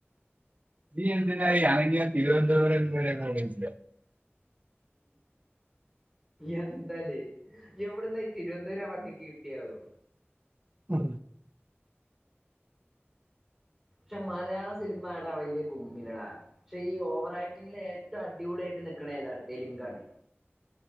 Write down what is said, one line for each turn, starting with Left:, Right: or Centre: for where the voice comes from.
Right: നീ എന്തിനാ ആണെങ്കൻ തിരുവനന്തപുരം വരെ പോണില്ല
Centre: എന്താലേ എവിട്ന്ന ഈ തിരുവനന്തപുര പന്നിക്ക്‌ കിട്ടിയാവൊ
Right: ആ
Centre: ക്ഷെ മലയാള സിനിമടാ വലിയ ഗുമ്മില്ല ടാ പക്ഷെ ഈ ഓ <unintelligible> <unintelligible>